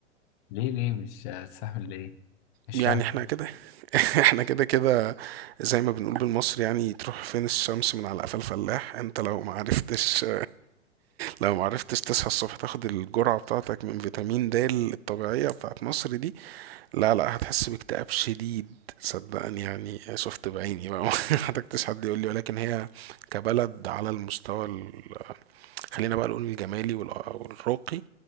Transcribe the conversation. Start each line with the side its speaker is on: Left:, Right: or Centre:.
Left: ليه ليه مش هتستحمل ليه مش
Right: يعني
Left: فاهم
Right: احنا كده <laughs> احنا كده كده زي ما بنقول بالمصري يعني تروح فين الشمس من على قفا الفلاح انت لو ما عرفتش لو معرفتش تصحى الصبح تاخد الجرعة بتاعتك من فيتامين د الطبيعية بتاعت مصر دي لا لا هتحس باكتئاب شديد صدقني يعني شفت بعيني بقى <laughs> ما حتكتش حد يقول لي ولكن هي كبلد على المستوى ال... خلينا بقى نقول الجمالي والأ- والراقي